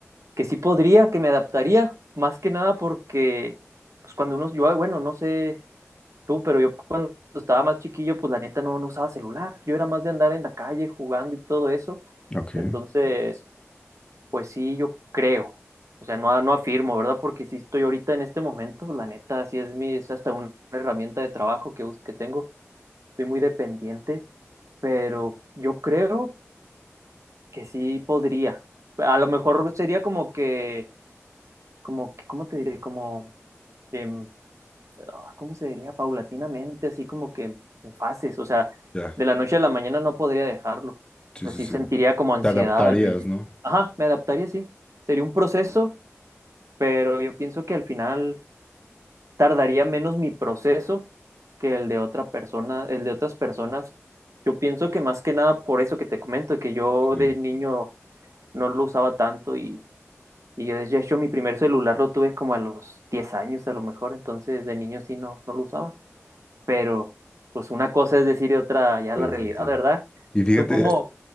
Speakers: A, on the right; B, on the left.
A: que sí podría, que me adaptaría, más que nada porque, pues cuando uno, yo, bueno, no sé tú, pero yo cuando estaba más chiquillo, pues la neta no, no usaba celular, yo era más de andar en la calle jugando y todo eso,
B: Ok.
A: entonces, pues sí, yo creo, o sea, no, no afirmo, ¿verdad? Porque sí estoy ahorita en este momento, pues, la neta, sí es mi, es hasta una herramienta de trabajo que, us- que tengo, estoy muy dependiente, pero yo creo que sí podría, a lo mejor sería como que como, que- ¿cómo te diré? Como, em, ah, ¿cómo se diría? Paulatinamente, así como que en fases, o sea,
B: Ya,
A: de la noche a la mañana no podría dejarlo.
B: sí,
A: O sea,
B: sí,
A: sí
B: sí.
A: sentiría como ansiedad
B: Te adaptarías,
A: al principio.
B: ¿no?
A: Ajá, me adaptaría, sí. Sería un proceso, pero yo pienso que al final tardaría menos mi proceso que el de otra persona, el de otras personas. Yo pienso que más que nada por eso que te comento, que yo
B: Sí,
A: de niño no lo usaba tanto y y yo, de hecho, mi primer celular lo tuve como a los 10 años a lo mejor, entonces de niño sí no, no lo usaba. Pero, pues una cosa es decir y otra ya
B: sí,
A: la realidad,
B: sí, sí.
A: ¿verdad?
B: Y fíjate,
A: Tú como,